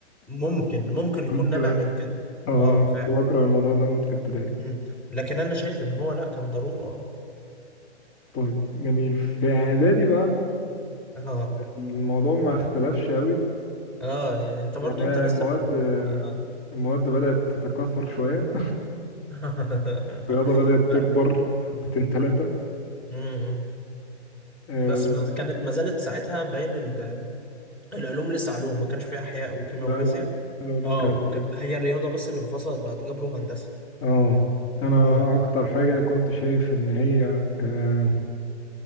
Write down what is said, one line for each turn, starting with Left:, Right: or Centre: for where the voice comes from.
Centre: ممكن ممكن
Left: <laughs>
Centre: يكون
Left: كنت
Centre: نابع من كده
Left: اه
Centre: اه فعلا
Left: كنت بكره الموضوع ده موت في ابتدائي
Centre: مم. لكن انا شايف ان هو لا كان ضروره
Left: طيب جميل في اعدادي بقى
Centre: اه
Left: الموضوع ما اختلفش قوي
Centre: اه اه يعني انت
Left: يعني
Centre: برضو انت لسه
Left: المواد
Centre: في ال... اه
Left: المواد بدات تتكاثر شويه
Centre: <laughs>
Left: الرياضه بدات
Centre: ف-
Left: تكبر حبتين ثلاثه
Centre: مم.
Left: آه
Centre: بس ما
Left: بس
Centre: كانت ما زالت ساعتها باين ال- العلوم لسه علوم ما كانش فيها احياء وكيمياء
Left: لا
Centre: وفيزياء
Left: لا العلوم
Centre: اه
Left: كانت
Centre: وك...
Left: علوم
Centre: هي الرياضة بس اللي انفصلت بقت جبر وهندسة
Left: اه انا
Centre: امم
Left: اكتر حاجه كنت شايف ان هي آه